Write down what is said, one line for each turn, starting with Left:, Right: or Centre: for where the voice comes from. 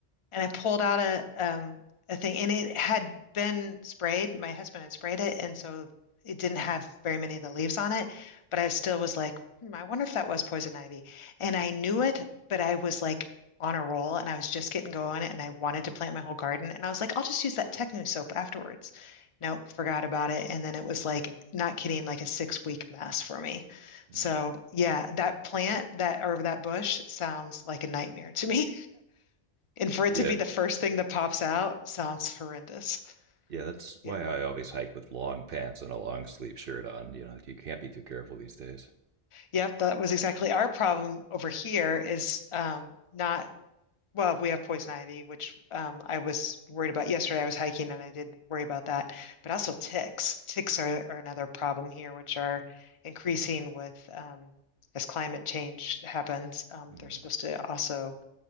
Left: and I pulled out a um a thing and it had been sprayed. My husband had sprayed it and so it didn't have very many of the leaves on it, but I still was like, hmm, I wonder if that was poison ivy. And I knew it, but I was like on a roll and I was just getting going and I wanted to plant my whole garden and I was like, I'll just use that Techno soap afterwards. Nope, forgot about it. And then it was like, not kidding, like a six week mess for me. So
Right: mm.
Left: yeah, that plant that or that bush sounds like a nightmare to me. And for it
Right: yet
Left: to be the first thing that pops out sounds horrendous.
Right: Yeah, that's
Left: Yeah.
Right: why I always hike with long pants and a long sleeve shirt on. You know, you can't be too careful these days.
Left: Yep, that was exactly our problem over here is um not well, we have poison ivy, which um I was worried about yesterday. I was hiking and I did worry about that. But also ticks. Ticks are, are another problem here, which are increasing with um as climate change happens. Um,
Right: hmm
Left: they're supposed to also